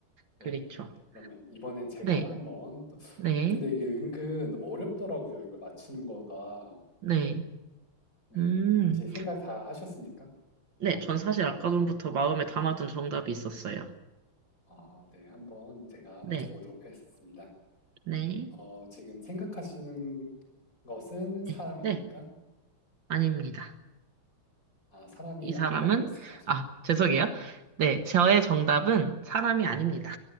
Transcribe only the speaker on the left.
네,
그러면 이번엔 제가
한번 또
어, 근데 이게 은근 어렵더라고요. 이걸 맞히는 거가.
네,
이제 생각 다 하셨습니까?
아, 네, 한번 제가
맞춰보도록 하겠습니다.
어, 지금 생각하시는 것은 사람입니까?
아, 사람이
아니라고 말씀을 하시.